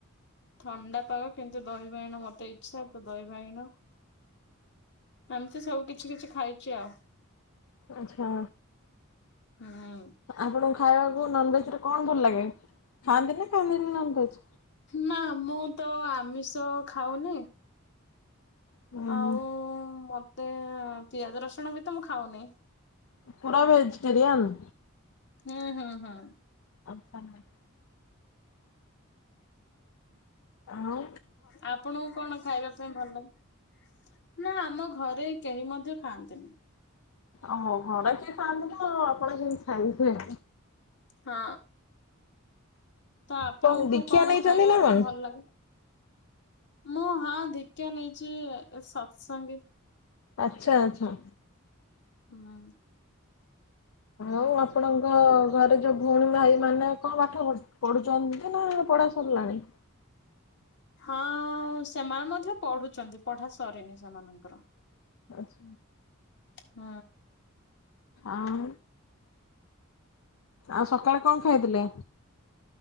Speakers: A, on the left; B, on the left.
A: ଥଣ୍ଡା ପାଗ କିନ୍ତୁ ଦହି ବାଇଗଣ ମତେ ଇଚ୍ଛା ତ ଦହି ବାଇଗଣ ଏମତି ସବୁ କିଛି କିଛି ଖାଇଚି ଆଉ।
B: ଆଚ୍ଛା।
A: ହୁଁ।
B: ଆପଣଙ୍କୁ ଖାଇବାକୁ ନନଭେଜ ରେ କଣ ଭଲ ଲାଗେ, ଖାଆନ୍ତି ନା ଖାଆନ୍ତିନି ନନଭେଜ?
A: ନା ମୁଁ ତ ଆମିଷ ଖାଉନି।
B: ହୁଁ
A: ଆଉ
B: ହୁଁ
A: ମତେ ପିଆଜ ରସୁଣ ବି ତ ମୁଁ ଖାଉନି।
B: ପୁରା ଭେଜିଟେରିୟାନ?
A: ହୁଁ ହୁଁ ହୁଁ।
B: ଆଚ୍ଛା। ହଉ।
A: ଆପଣଙ୍କୁ କଣ ଖାଇବା ପାଇଁ ଭଲ ଲାଗେ? ନା ଆମ ଘରେ କେହି ମଧ୍ୟ ଖାଆନ୍ତିନି।
B: ଓୋହୋ ଘର କେହି ଖାଆନ୍ତିନି ଆଉ ଆପଣ କେମିତି ଖାଇବେ।
A: ହଁ। ତ ଆପଣଙ୍କୁ
B: କଣ ଦୀକ୍ଷା
A: କଣ
B: ନେଇଛନ୍ତି
A: ଖାଇବା
B: ନା
A: ପାଇଁ
B: କଣ?
A: ଭଲ ଲାଗେ? ମୁଁ ହଁ ଦୀକ୍ଷା ନେଇଛି ସତ୍ ସଙ୍ଗୀ।
B: ଆଚ୍ଛା ଆଚ୍ଛା।
A: ହୁଁ।
B: ଆଉ ଆପଣଙ୍କ ଘରେ ଯୋଉଁ ଭଉଣୀ ଭାଇ ମାନେ କଣ ପାଠ ପଢ଼ୁଛ ପଢୁଛନ୍ତି ନା ପଢା ସରିଲାଣି?
A: ହଁ ସେମାନେ ମଧ୍ୟ ପଢୁଛନ୍ତି ପଢା ସରିନି ସେମାନଙ୍କର।
B: ଓହ।
A: ହ।
B: ଆଉ? ଆଉ ସକାଳେ କଣ ଖାଇଥିଲେ?